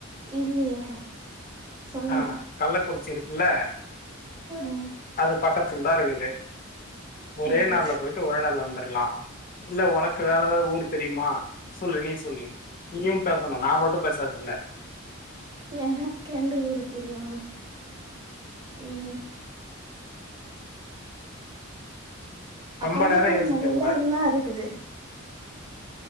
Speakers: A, on the right (about 20°); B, on the left (about 45°).
A: இல்லையே சொல்லுங்க
B: ஆ கள்ளக்குறிச்சி இருக்குல்ல
A: ம்
B: அது பக்கத்துல்தா இருக்குது ஒரே
A: ம்
B: நாள்ல போயிட்டு ஒரே நாள்ள வந்துர்லா இல்ல உனக்கு வேற ஏதாவது ஊரு தெரியுமா சொல்லு நீ சொல்லு நீயும் பேசணு நா மட்டு பேசறது இல்ல
A: எனக்கு எந்த ஊரு தெரியு ம்
B: ரொம்ப
A: கல்வராய்
B: நேரம் யோசிக்க
A: மலையில
B: கூடாது
A: என்ன இருக்குது <inaudible>